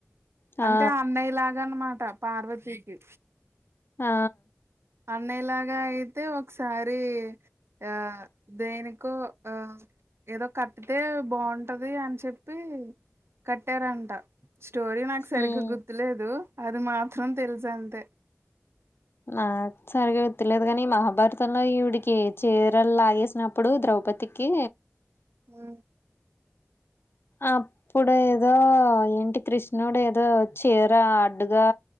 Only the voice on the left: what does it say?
ఆ
ఆ
హ్మ్
ఆ సరిగా గుర్తులేదు కానీ మహాభారతంలో ఈవిడికి చీరలు లాగేసినప్పుడు ద్రౌపథీకి
అప్పుడు ఏదో ఏంటి కృష్ణుడు ఏదో చీర అడ్డుగా